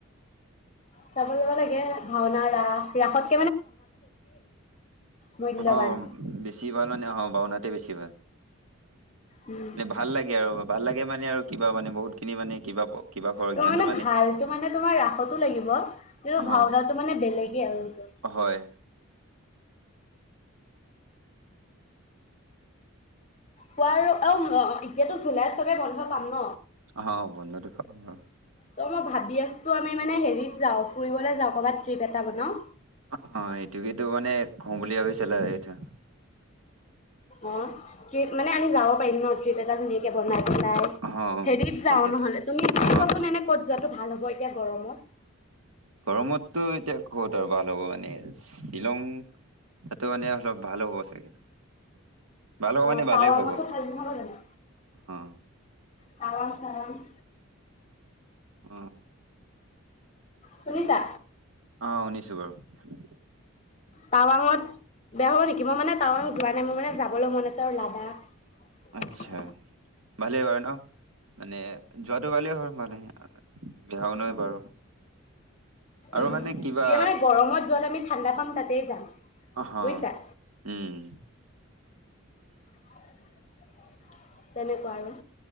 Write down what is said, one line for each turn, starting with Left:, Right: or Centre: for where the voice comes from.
Left: চাব যাব লাগে ভাওনা ৰাস, ৰাসত। মূল্যৱান
Right: অ' বেছি ভাল মানে অ' ভাওনাতো বেছি ভাল।
Left: উম
Right: মানে ভাল লাগে আৰু। ভাল লাগে মানে আৰু কিবা মানে বহুত। খিনি মানে কিবা কিবা ঘৰৰ
Left: তোমাৰ
Right: জ্ঞানটো
Left: মানে ভালটো মানে তোমাৰ ৰাসতো লাগিব কিন্তু
Right: অ
Left: ভাওনাটো মানে বেলেগে আৰু।
Right: হয়
Left: খোৱা অ' এতিয়াতো জুলাইত চবে বন্ধ পাম ন।
Right: অ' বন্ধটো। <unintelligible>
Left: ত' মই ভাবি আছো আমি মানে হেৰিত যাওঁ ফুৰিলৈ যাওঁ ক'ৰবাত। ট্ৰিপ এটা বনাওঁ।
Right: অ', অ'এইটো কিন্তু মানে। কও বুলি ভাবিছিলো এইটো
Left: অ' ত্ৰিপ মানে আমি যাব পাৰিম ন ট্ৰিপ এটা ধুনীয়াকে বনাই বনাই
Right: অ
Left: হেৰিত যাওঁ
Right: তেতিয়াতো
Left: নহ'লে তুমি চাবাচোন
Right: অ
Left: এনে ক'ত যোৱাটো ভাল হ'ব এতিয়া গৰমত?
Right: গৰমতটো এতিয়া ক'ত আৰু ভাল হ'ব মানে শ্বিলং তাতে মানে অলপ ভাল হ'ব চাগে। ভাল হ'ব
Left: অ'
Right: মানে ভালেই
Left: টাৱাঙতো
Right: হ'ব
Left: ভাল হব জানো।
Right: অ'।
Left: টাৱাং চাৱাং।
Right: অ'।
Left: শুনিছা?
Right: অ' শুনিছো বাৰু।
Left: টাৱাঙত বেয়া হব নেকি? মই মানে টাৱাং যোৱা নাই। মোৰ মানে যাবলৈ মন আছে আৰু লাডাখ।
Right: আচ্ছা ভালেই বাৰু ন মানে যোৱাটো ভালেই হয় ভালে বেয়াও নহয় বাৰু। আৰু
Left: উম
Right: মানে
Left: এতিয়া
Right: কিবা
Left: মানে গৰমত য'ত আমি ঠাণ্ডা পাম তাতেই যাম
Right: অহ
Left: বুজিছা?
Right: উম
Left: <inaudible> তেনেকুৱা আৰু